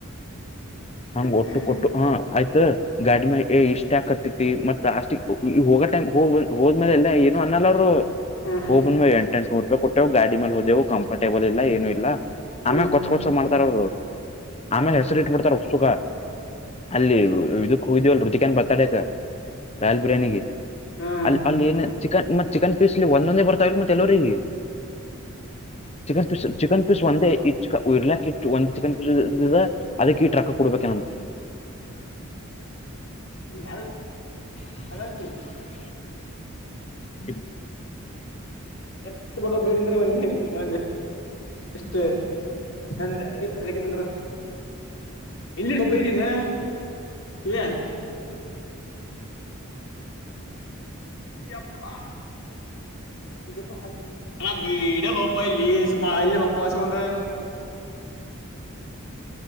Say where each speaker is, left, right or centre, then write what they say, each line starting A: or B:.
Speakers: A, on the left; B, on the left.
A: ಹಂಗ್
B: ಹ್ಮ
A: ಒಟ್ಟು ಕೊಟ್ಟು ಹಾ ಗಾಡಿ ಮೇಲೆ ಇಷ್ಟ ಆಕತ್ತತಿ ಮತ್ತ ಲಾಸ್ ಹೋಗ ಟೈಮ್ ಹೋಗ ಹೋದ್ಮೇಲೆ ಎಲ್ಲ ಇ ಅನ್ನಲ್ಲರು
B: ಹ್ಮ್
A: ಹೋಗಬಂದ ಎಂಟ ಎಂುನೂರು ರೂಪಾಯಿ ಕೊಟ್ಟೆವು ಗಾಡಿ ಮೇಲೆ ಹೋದೆವು ಕಂಫರ್ಟೇಬಲ್ ಇಲ್ಲ ಏನು ಇಲ್ಲ
B: ಹ್ಮ್
A: ಆಮೇಲೆ ಕೊಚ್ ಕೊಚ್ಚ ಮಾಡ್ತಾರ ಅವರು ಆಮೇಲೆ ಹೆಸರು ಇಟ್ಬಿಡ್ತಾರ ಸುಖ ಅಲ್ಲಿ ಇದಕ್ ಹೋಗ್ದಿವವಲ್ರು ಚಿಕನ್ ಬತಾಡಕ ರಾಯಲ್ ಬಿರಿಯಾನಿಿಗೆ
B: ಹ್ಮ್
A: ಅಲ್ಲಿ ಅಲ್ಲಿ ಏನು ಚಿಕನ್ ಮತ್ ಚಿಕನ್ ಪೀಸ್ಲ್ಲಿ ಒಂದೊಂದೇ ಬರ್ತಾವಿಲ್ಲ ಮತ್ತ ಎಲ್ಲವರಿಗೆ ಚಿಕನ್ ಪೀಸ್ ಚಿಕನ್ ಪೀಸ್ ಒಂದೇ ಇ ಇರ್ಲಾಕ್ಿ ಇ ಒಂದ ಚಿಕನ್ ಪೀ ಅದಕ್ಕೆ ಈ ್ರಕ್ಕ ಕೊಡ್ಬೇಕೇನಂತ
B: ನ ಅದ
A: ಹ
B: ಎತ್ತ ಪಡ ಬೇಡಂದ್ರ ಒನ್ನೆ ನ ಎಷ್ಟ ನಂದ ಇಪ್ಪತ್ತು ಸೆಕೆಂಡ ಅಂದ್ರ ಇಲ್ಲಿ ಒಬ್ಬ ಇದ್ದೀನ ಸ ಅಪ್ಪಾ ಇ ಹಾಕ್ಲಿಣ ಇಡ ಲೋಪ ಇಲ್ಲಿ ಸುಮ್ಮ ಇಲ್ಲಿ ಮಕ್ಕವಾಸಕೊಂಡ
A: <inaudible>